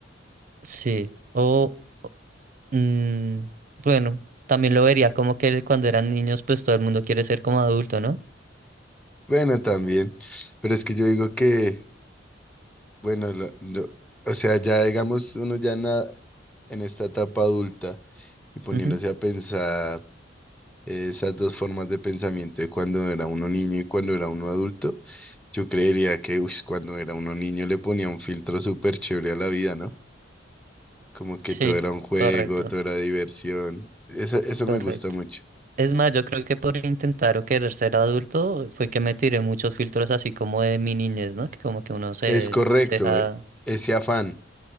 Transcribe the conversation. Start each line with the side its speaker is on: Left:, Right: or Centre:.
Right: Sí, o mm, bueno, también lo vería como que cuando eran niños pues todo el mundo quiere ser como adulto, ¿no?
Centre: Bueno, también, pero es que yo digo que, bueno, lo- lo- o sea, ya digamos, uno ya en, la- en esta etapa adulta y poniéndose
Right: Ujú.
Centre: a pensar. esas dos formas de pensamiento de cuando era uno niño y cuando era uno adulto, yo creería que uy, cuando era uno niño le ponía un filtro súper chévere a la vida, ¿no? Como que
Right: Sí,
Centre: todo era un juego,
Right: correcto,
Centre: todo era diversión. Eso, eso
Right: correcto.
Centre: me gusta mucho.
Right: Es más, yo creo que por intentar o querer ser adulto fue que me tiré muchos filtros así como de mi niñez, ¿no? Que como que uno se,
Centre: Es correcto,
Right: se deja
Centre: eh, ese afán,